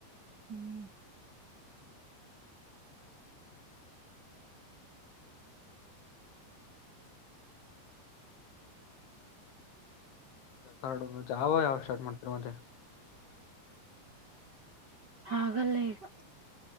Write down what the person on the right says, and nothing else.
ಹ್ಮ್
ಹಾಗಲ್ಲ ಈಗ